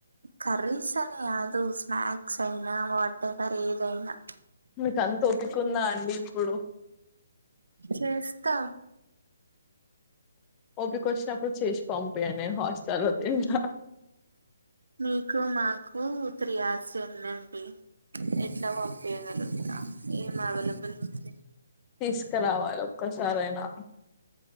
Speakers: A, on the right (about 80°); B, on the left (about 25°).
A: కర్రీస్ అని కాదు స్నాక్స్ అయినా, వాట్ ఎవర్ ఏదైనా.
B: మీకు అంత ఒపికుందా అండి ఇప్పుడు?
A: చేస్తా
B: ఓపికొచ్చినప్పుడు చేసి పంపియండి. నేను హాస్టల్లో తింటా.
A: మీకు మాకు త్రీ అవర్స్ ఉందండి. ఎట్ల పంపియగలుగుతాం? ఏం అవైలబుల్ ఉంది?
B: తీస్కరావాలి ఒక్కసారైనా.